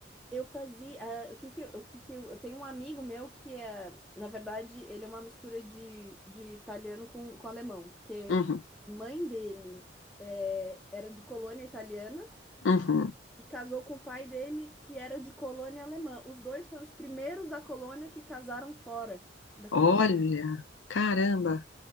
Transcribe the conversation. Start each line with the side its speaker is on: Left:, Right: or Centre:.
Centre: Eu fazia, ah, o que que, eu- o que que eu, eu tenho um amigo meu que é, na verdade, ele é uma mistura de, de italiano com, com alemão, porque
Left: Uhum,
Centre: mãe dele é, era de colônia italiana
Left: uhum.
Centre: e casou com o pai dele que era de colônia alemã. Os dois foram os primeiros da colônia que casaram fora da colônia.
Left: Olha, caramba.